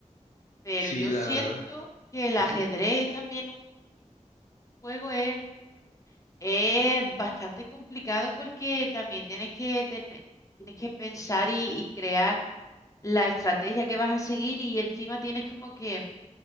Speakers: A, on the left; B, on the left.
A: Pero
B: Sí,
A: yo
B: la
A: siento
B: verdad.
A: que el ajedrez
B: Ujú.
A: también un juego es, es bastante complicado porque también tienes que tener, tienes que pensar y, y crear la estrategia que vas a seguir y encima tienes como que